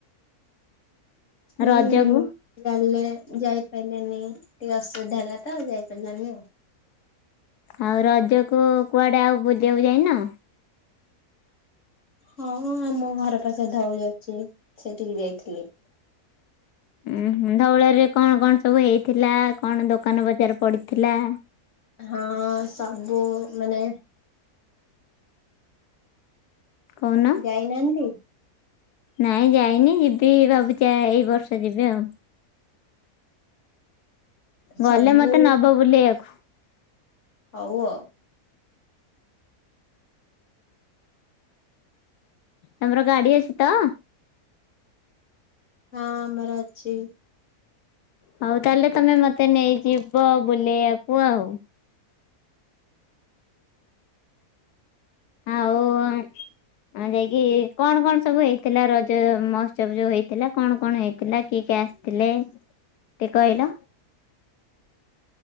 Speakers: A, on the left; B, on the left.
A: ହୁଁ।
B: ରଜକୁ
A: ଜାଣିଲେ ଯାଇପାଇଲିନି ଟିକେ ଅସୁବିଧା ହେଲା ତ ଆଉ ଯାଇପାରିଲାନି ଆଉ।
B: ଆଉ ରଜକୁ କୁଆଡେ ଆଉ ବୁଲିଆକୁ ଯାଇନ?
A: ହଁ ହଁ ଆମ ଘର ପାଖ ଧଉଳି ଅଛି ସେଇଠିକି ଯାଇଥିଲି।
B: ଉଁ ହୁଁ ଧଉଳି ହରିକା କଣ କଣ ସବୁ ହେଇଥିଲା କଣ ଦୋକାନ ବଜାର ପଡିଥିଲା?
A: ହଁ ସବୁ ମାନେ
B: କଉନ?
A: ଯାଇନାହାନ୍ତି?
B: ନାଇଁ ଯାଇନି ଯିବି ଭାବୁଛିି ଏଇ ବର୍ଷ ଯିବି ଆଉ।
A: ସବୁ
B: ଗଲେ ମତେ ନବ ବୁଲେଇଆକୁ।
A: ହଉ ଆଉ।
B: ତମର ଗାଡି ଅଛି ତ?
A: ହଁ ଆମର ଅଛି।
B: ହଉ ତାହେଲେ ତମେ ମତେ ନେଇଯିବ ବୁଲେଇଆକୁ ଆଉ। ଆଉ ଆ ହଁ ଯାଇକି କଣ କଣ ସବୁ ହେଇଥିଲା ରଜ ମହୋତ୍ସବ ଯଉ ହେଇଥିଲା କଣ କଣ ହେଇ ଥିଲା କିଏ କିଏ ଆସିଥିଲେ ଟିକେ କହିଲ?